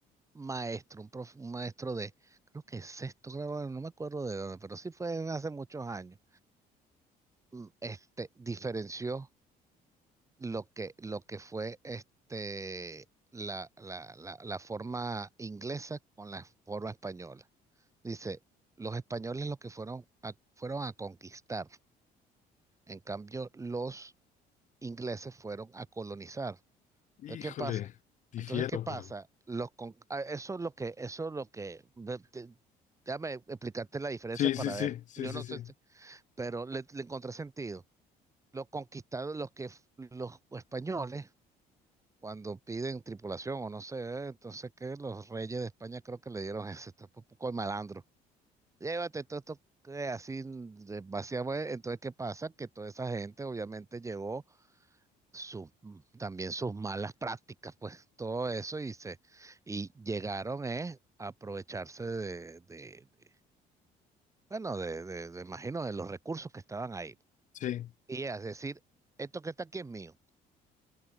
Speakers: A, on the right; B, on the left.
A: maestro, un, prof- un maestro de, creo que sexto grado, no me acuerdo de dónde, pero sí fue hace muchos años. Mm, Este, diferenció lo que, lo que fue este, la, la, la, la forma inglesa con la forma española. Dice, los españoles lo que fueron a, fueron a conquistar, en cambio los ingleses fueron a colonizar.
B: Híjole,
A: Entonces, ¿qué pasa?
B: difiero,
A: Entonces, ¿qué pasa?
B: pero.
A: Los con- ah, Eso es lo que, eso es lo que, ve- te- déjame explicarte la diferencia
B: Sí,
A: para
B: sí, sí,
A: ver.
B: sí,
A: Yo
B: sí,
A: no
B: sí.
A: sé, si- pero le, le encontré sentido. Los conquistados, los que, f- los españoles, cuando piden tripulación o no sé, eh, entonces que los reyes de España creo que le dieron <laughs> eso, esto es un poco de malandro. Llévate todo esto que así mm, de- vaciamos. eh. Entonces, ¿qué pasa? Que toda esa gente obviamente llegó sus- también sus malas prácticas, pues todo eso y se y llegaron eh, a aprovecharse de, de- de- bueno, de, de, de, imagino de los recursos que estaban ahí.
B: Sí,
A: Y es decir, esto que está aquí es mío.